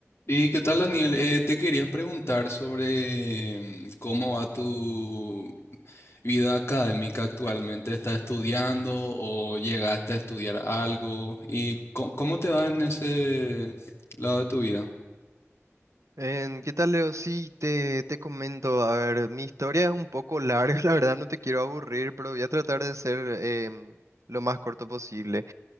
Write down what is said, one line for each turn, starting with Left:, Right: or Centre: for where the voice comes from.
Left: ¿Y qué tal, Daniel? Eh, te quería preguntar sobre mm, cómo va tu vida académica actualmente. ¿Estás estudiando o llegaste a estudiar algo? ¿Y co- cómo te va en ese lado de tu vida?
Right: En, ¿qué tal, Leo? Sí, te, te comento. A ver, mi historia es un poco larga, <laughs> la verdad no te quiero aburrir, pero voy a tratar de ser em, lo más corto posible.